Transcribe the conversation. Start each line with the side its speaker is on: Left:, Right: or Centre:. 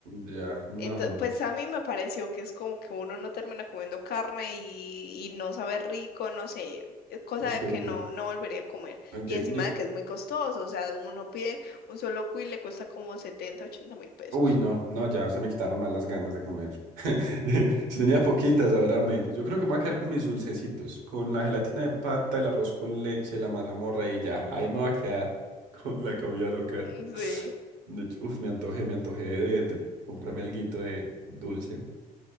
Right: Ya, no,
Left: Entonces,
Right: no.
Left: pues a mí me pareció que es como que uno no termina comiendo carne y, y no sabe rico, no sé, es cosa
Right: Ok,
Left: de que
Right: entiendo.
Left: no, no volvería a comer.
Right: Ok,
Left: Y encima
Right: yo-
Left: de que es muy costoso, o sea, uno pide un solo cuy y le cuesta como setenta, ochenta mil pesos.
Right: Uy, no, no, ya se me quitaron más las ganas de comer. <laughs> Si tenía poquitas, ahora menos. Yo creo que me voy a quedar con mis dulcecitos, con la gelatina de pata, el arroz con leche, la mazamorra y ya. Ahí me voy a quedar <laughs> con la comida local.
Left: Mm, Sí,
Right: De hecho, Uf, me antojé, me antojé de, de comprarme alguito de dulce.